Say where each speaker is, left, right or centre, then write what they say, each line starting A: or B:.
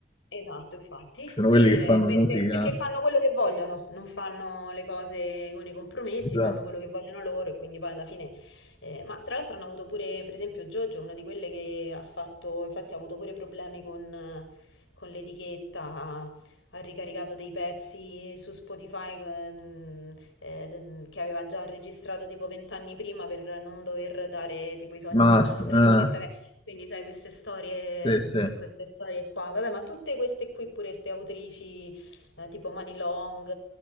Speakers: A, on the left; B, on the left.
A: Esatto, infatti,
B: sono quelli
A: eh,
B: che fanno
A: per-
B: musica,
A: per- perché fanno quello che vogliono, non fanno le cose con i compromessi,
B: esatto.
A: fanno quello che vogliono loro e quindi poi alla fine... eh, ma tra l'altro hanno avuto pure, per esempio, Jojo, una di quelle che ha fatto, infatti ha avuto pure problemi con, eh, con l'etichetta, ha, ha ricaricato dei pezzi su Spotify ehm, eh, de- che aveva già registrato tipo vent'anni prima per non dover dare tipo i soldi
B: Master,
A: dei master
B: eh,
A: all'etichetta. Beh, Quindi sai, queste storie...
B: sì, sì, eh,
A: Queste storie qua, vabbè, ma tutte queste qui pure, queste autrici eh, tipo Mani Long,